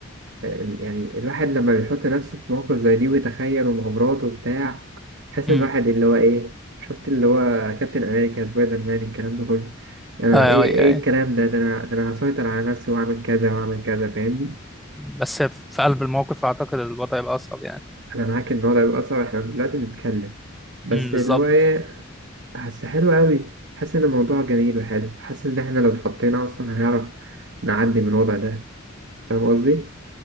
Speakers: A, on the right; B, in the centre.
A: ال- يعني الواحد لما بيحط نفسه في مواقف زي دي ويتخيل ومغامرات وبتاع حاسس
B: مم.
A: ان الواحد اللي هو ايه شفت اللي هو كابتن امريكا سبايدر مان الكلام ده كله يعني
B: ايوه
A: ايه ايه
B: ايوه أيوة.
A: الكلام ده ده انا ده انا هسيطر على نفسي واعمل كذا واعمل كذا فاهمني
B: بس في قلب الموقف اعتقد الوضع يبقى اصعب يعني
A: انا معاك ان الوضع بيبقى صعب احنا دلوقتي بنتكلم بس
B: امم بالظبط
A: اللي هو ايه حاسس حلو قوي حاسس ان الموضوع جميل وحلو حاسس ان احنا لو اتحطينا اصلا هنعرف نعدي من الوضع ده فاهم قصدي